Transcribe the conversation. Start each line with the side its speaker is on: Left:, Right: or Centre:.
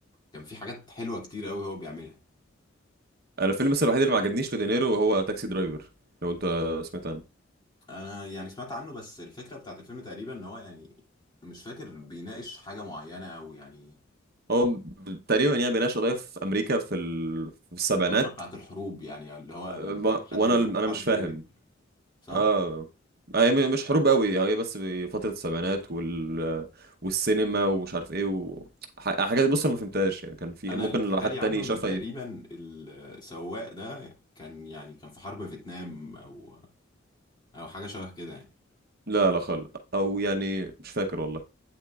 Left: كان في حاجات حلوه كتير قوي هو بيعملها
Right: انا الفيلم بس الوحيد اللي ما عجبنيش لدينيرو هو تاكسي درايفر لو انت سمعت عنه
Left: انا يعني سمعت عنه بس الفكره بتاعت الفيلم تقريبا ان هو يعني مش فاكر بيناقش حاجه معينه او يعني
Right: هو تقريبا يعني بيناقش قضايا في امريكا في, ال... في السبعينات
Left: في الفتره بتاعت الحروب يعني اللي هو
Right: أه،
Left: لما
Right: ما-
Left: كان حد
Right: وانا
Left: بيروح
Right: انا
Left: حرب
Right: مش فاهم
Left: ويرجع صح
Right: اه هي م- مش حروب قوي هي بس بي- فترة السبعينات وال... والسينما ومش عارف ايه و... ح- حاجات بص انا ما فهمتهاش يعني كان في
Left: انا
Right: ممكن
Left: اللي اتحكى
Right: لو حد
Left: لي
Right: تاني
Left: عنه ان
Right: شافها
Left: تقريبا
Right: ي...
Left: السواق ده كان يعني كان في حرب فيتنام او او حاجه شبه كده يعني
Right: لا لا خالص او يعني مش فاكر والله